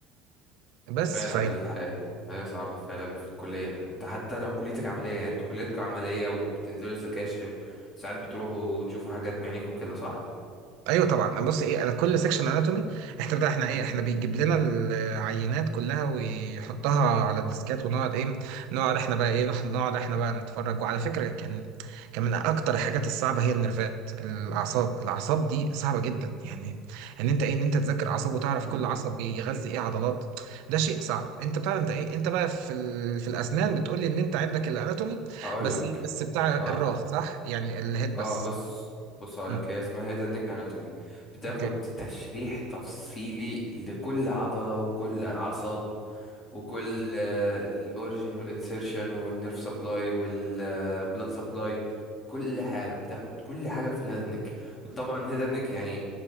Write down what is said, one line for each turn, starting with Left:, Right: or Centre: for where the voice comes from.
Right: بس
Left: فعلا
Right: ف
Left: الحياة الحياة صعبة فعلا في الكلية انت حتى لو كليتك عملية يعني انتوا كليتكم عملية وبتنزلوا سكاشن ساعات بتروحوا تشوفوا حاجات بعينيكوا كده صح؟
Right: ايوه طبعا بص ايه انا كل سيكشن اناتومي احنا بقى احنا ايه احنا بيجيب لنا العينات كلها ويحطها على الديسكات ونقعد ايه نقعد احنا بقى ايه نح- نقعد احنا بقى نتفرج وعلى فكره كان كان من اكتر الحاجات الصعبه هي النرفات الاعصاب الاعصاب دي صعبه جدا يعني ان انت ايه ان انت تذاكر اعصاب وتعرف
Left: مم.
Right: كل عصب بيغذي ايه عضلات ده شيء صعب انت بتاع انت ايه انت بقى في ال... في الاسنان بتقول لي ان انت عندك الاناتومي
Left: هقول
Right: بس
Left: لك
Right: ايه بس بتاع الراس
Left: اه
Right: صح يعني الهيد
Left: اه
Right: بس
Left: بص بص هقول
Right: إمم.
Left: لك هي اسمها هيدا نيك اناتومي بتاخد
Right: اوكي
Left: تشريح تفصيلي لكل عضلة وكل عصب وكل الاوريجن والانسيرشن والنيرف سبلاي والبلاد سبلاي كل حاجه بتاخد كل حاجه في الهيد نيك وطبعا هيد نيك يعني